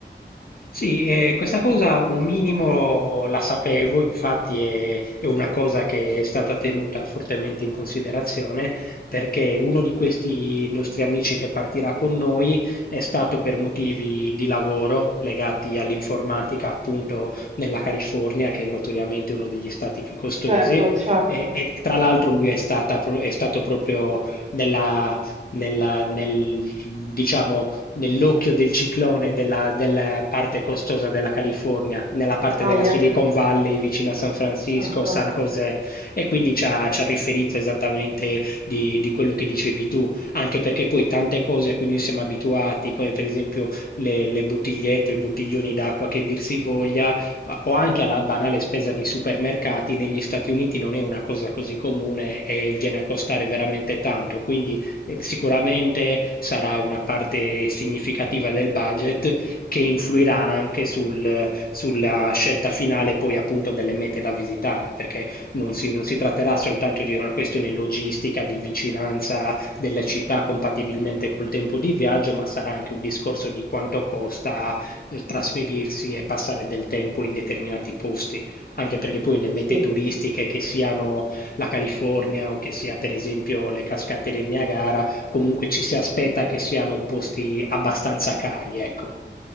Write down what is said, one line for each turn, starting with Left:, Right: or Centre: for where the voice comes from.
Left: Sì, eh, questa cosa un minimo la sapevo, infatti è, è una cosa che è stata tenuta fortemente in considerazione perché uno di questi nostri amici che partirà con noi è stato per motivi di lavoro legati all'informatica appunto nella California, che è notoriamente uno degli stati più costosi,
Right: Certo, certo.
Left: e, e- e tra l'altro lui è stata pro- è stato proprio nella nella- nel, diciamo, nell'occhio del ciclone della, della parte costosa della California, nella parte
Right: Ahia.
Left: della Silicon Valley vicino a San Francisco,
Right: Certo,
Left: San José, e quindi ci ha, ci ha riferito esattamente di, di quello che dicevi tu, anche perché poi tante cose a cui noi siamo abituati, come per esempio le, le bottigliette o i bottiglioni d'acqua che dir si voglia, o anche alla banale spesa nei supermercati, negli Stati Uniti non è una cosa così comune e viene a costare veramente tanto, quindi eh, sicuramente sarà una parte significativa del budget che influirà anche sul- sulla scelta finale poi appunto delle mete da visitare, perché non si, non si tratterà soltanto di una questione logistica, di vicinanza delle città compatibilmente col tempo di viaggio, ma sarà anche un discorso di quanto costa eh, trasferirsi e passare del tempo in determinati posti, anche perché poi le mete
Right: sì.
Left: turistiche che siano la California o che sia per esempio le cascate del Niagara, comunque ci si aspetta che siano posti abbastanza cari, ecco,